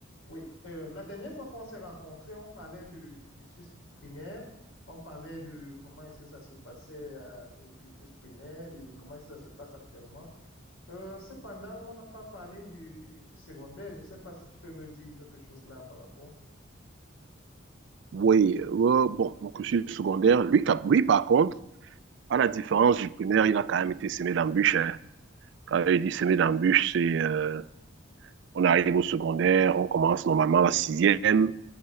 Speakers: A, on the left; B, on the right.
A: Oui, euh, la dernière fois qu'on s'est rencontrés, on parlait du, du cursus primaire, on parlait de comment est-ce que ça se passait euh, au cursus primaire et comment est-ce que ça se passe actuellement. Euh, cependant, on n'a pas parlé du, du cursus secondaire. Je ne sais pas si tu peux me dire quelque chose là par rapport.
B: Oui, euh, bon, mon cursus secondaire, lui, cap- lui, par contre, à la différence du primaire, il a quand même été semé d'embûches. hein. Quand il dit semé d'embûches, c'est euh, on arrive au secondaire, on commence normalement la sixième,